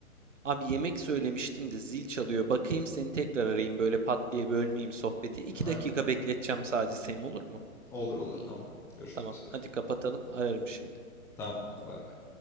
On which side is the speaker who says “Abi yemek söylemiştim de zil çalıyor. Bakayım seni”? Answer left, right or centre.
Right